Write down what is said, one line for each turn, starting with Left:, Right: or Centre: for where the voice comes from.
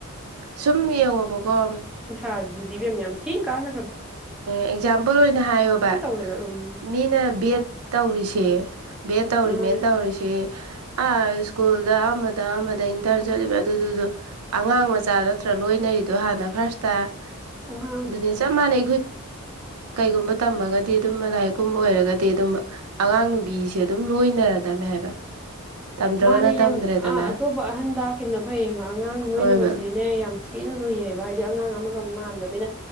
Right: ꯁꯨꯝ ꯌꯦꯡꯉꯣꯕꯀꯣ
Centre: ꯑꯗꯨꯗꯤꯕ ꯃꯌꯥꯝ ꯆ ꯀꯥꯟꯅ
Right: ꯑꯦꯛꯖꯥꯝꯄꯜ ꯑꯣꯏꯅ ꯍꯥꯏꯌꯣꯕ
Centre: ꯇꯧꯔꯒ ꯎꯝ
Right: ꯃꯤꯅ ꯕꯤ ꯑꯦꯠ ꯇꯧꯔꯤꯁꯦ ꯕꯦ ꯇꯧꯔꯤ
Centre: ꯃꯥꯅꯦ
Right: ꯃꯦꯟ ꯇꯧꯔꯤꯁꯤ ꯑꯥ ꯁ꯭ꯀꯨꯜꯗ ꯑꯃꯗ ꯑꯃꯗ ꯏꯟꯇꯔꯟ ꯆꯠꯂꯤꯕ ꯑꯗꯨꯗꯨꯗꯣ ꯑꯉꯥꯡ ꯃꯆꯥ ꯅꯠꯇ꯭ꯔ ꯂꯣꯏꯅꯔꯤ ꯑꯗꯣ ꯍꯥꯟꯅ ꯐꯥꯔꯁꯇ
Centre: ꯃꯥꯅꯦ
Right: ꯑꯗꯨ ꯑꯗꯨꯅꯦ ꯆ ꯃꯥꯅꯦ ꯀꯩꯒꯨꯝꯕ ꯇꯝꯃꯒꯗꯤ ꯑꯗꯨꯝ ꯂꯥꯏꯔꯤꯛꯀꯨꯝꯕ ꯑꯣꯏꯔꯒꯗꯤ ꯑꯗꯨꯝ ꯑꯉꯥꯡ ꯅꯨꯕꯤꯁꯦ ꯑꯗꯨꯝ ꯂꯣꯏꯅꯔꯗꯝꯃꯦ ꯍꯥꯏꯕ ꯇꯝꯗ꯭ꯔꯒꯅ
Centre: ꯃꯥꯅꯦ ꯌꯥꯝ
Right: ꯇꯝꯗ꯭ꯔꯦꯗꯅ
Centre: ꯑꯇꯣꯞꯄ ꯑꯍꯟ ꯇꯥꯈꯤꯕꯅ ꯐꯩꯌꯦꯕ ꯑꯉꯥꯡ ꯂꯣꯏꯅꯕꯁꯤꯗꯤꯅꯦ
Right: ꯍꯣꯏꯕ
Centre: ꯌꯥꯝ ꯊꯤꯅ ꯂꯨꯏꯌꯦꯕ ꯍꯥꯏꯗꯤ ꯑꯉꯥꯡ ꯑꯃ ꯃꯥꯟꯗꯕꯤꯅ